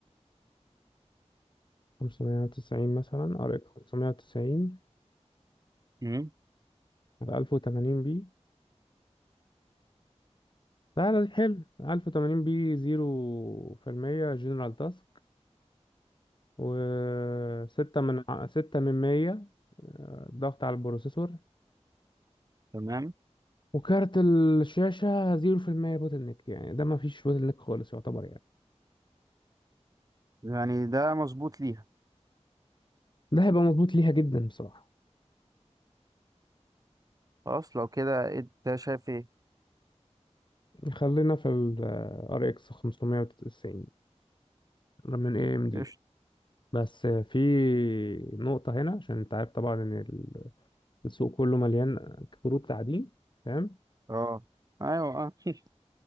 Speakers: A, on the left (about 40°); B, on the right (about 30°).
A: 590 مثلا ار اكس 590
B: امم
A: على 1080 بي لا لا حلو 1080 بي 0% جنرال تاسك و 6 من 6 من 100 ضغط على البروسيسور
B: تمام
A: وكارت الشاشة 0% بوتل نيك يعني ده ما فيش بوتل نيك خالص يعتبر يعني
B: يعني ده مظبوط ليها
A: ده هيبقى مظبوط ليها جدا بصراحة
B: خلاص لو كده انت شايف ايه
A: خلينا في ال RX 590 من AMD
B: قشطة
A: بس في نقطة هنا عشان انت عارف طبعا ان السوق كله مليان كروت تعدين فاهم
B: اه ايوه اه <laughs>